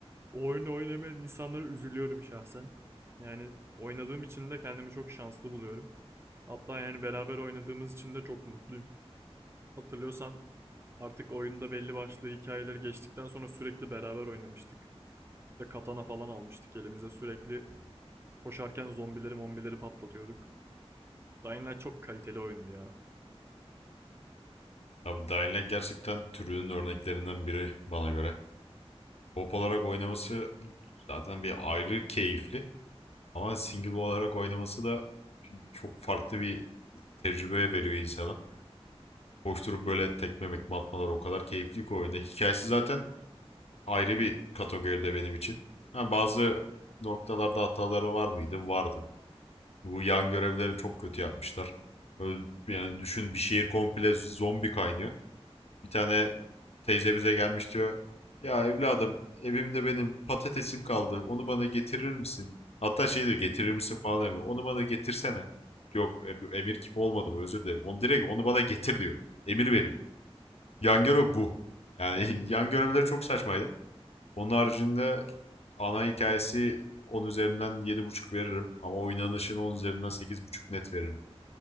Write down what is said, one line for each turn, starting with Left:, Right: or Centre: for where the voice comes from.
Right: o oyunu oynamayan insanlara üzülüyorum şahsen. Yani oynadığım için de kendimi çok şanslı buluyorum. Hatta yani beraber oynadığımız için de çok mutluyum. Hatırlıyorsan artık oyunda belli başlı hikayeler geçtikten sonra sürekli beraber oynamıştık. İşte katana falan almıştık elimize sürekli koşarken zombileri mombileri patlatıyorduk. Dying Light çok kaliteli oyundu ya.
Left: Abi Dying Light gerçekten türünün örneklerinden biri bana göre. Pop olarak oynaması zaten bir ayrı keyifli. Ama single olarak oynaması da çok farklı bir tecrübe veriyor insana. Koşturup böyle tekme mekme atmalar o kadar keyifli ki oyunda. Hikayesi zaten ayrı bir kategoride benim için. Ha, bazı noktalarda hataları var mıydı? Vardı. Bu yan görevleri çok kötü yapmışlar. Öl- Yani düşün bir şehir komple zombi kaynıyor. Bir tane teyze bize gelmiş diyor. Ya evladım evimde benim patatesim kaldı. Onu bana getirir misin? Hatta şey diyor getirir misin falan demiyor. Onu bana getirsene. Yok e- emir kipi olmadı bu özür dilerim. Onu direkt onu bana getir diyor. Emir veriyor. Yan görev bu. Yani <laughs> yan görevler çok saçmaydı. Onun haricinde ana hikayesi 10 üzerinden yedi buçuk veririm. Ama oynanışını 10 üzerinden sekiz buçuk net veririm.